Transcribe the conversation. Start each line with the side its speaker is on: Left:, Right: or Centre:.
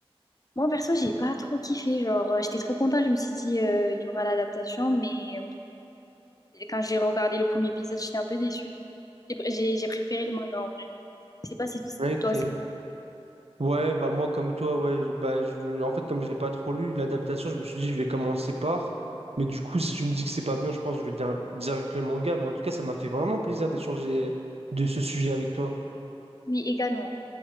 Left: Moi, perso, j'ai pas trop kiffé. Genre, euh, j'étais trop contente, je me suis dit, euh, il y aura l'adaptation, mais euh, quand j'ai regardé le premier épisode, j'étais un peu déçue. J'ai pr- j'ai- j'ai préféré le manga en vrai. Je sais pas si t-
Right: Ok.
Left: toi aussi.
Right: Ouais, bah moi comme toi, ouais, je- bah je, en fait comme je l'ai pas trop lu l'adaptation, je me suis dit je vais commencer par. Mais du coup, si tu me dis que c'est pas bien, je pense que je vais dire direct le manga. Mais en tout cas, ça m'a fait vraiment plaisir d'échanger de ce sujet avec toi.
Left: Oui, également.